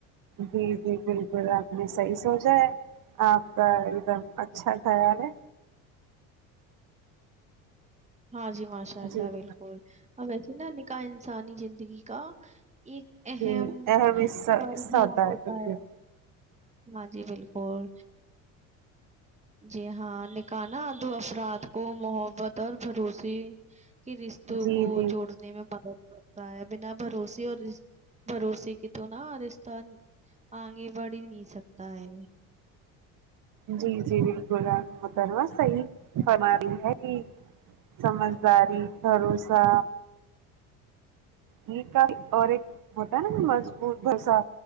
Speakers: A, on the right; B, on the right.
A: جی جی بالکل آپ نے صحیح سوچا ہے آپ کا ایک دم اچھا خیال ہے
B: ہاں جی ماشاء اللہ
A: جی
B: بالکل اور وسے نا نکاح انسانی زندگی کا ایک اہم
A: جی اہم حصہ
B: مرحلہ
A: حصہ
B: ہوتا
A: بالکل
B: ہے ہاں جی بالکل جی ہاں نکاح نہ دو افراد کو محبت اور بھروسے کی رشتوں
A: جی
B: کو
A: جی
B: جوڑنے میں مدد کرتا ہے بنا بھروسے اور رش بھروسے کی تو نا رشتہ اں آگے بڑھ ہی نہیں سکتا ہے
A: جی جی بالکل آپ محترمہ صحیح فرمارہی ہے یہی سمجھداری بھروسہ نکاح اور ایک ہوتا ہے نا مضبوط بھروسہ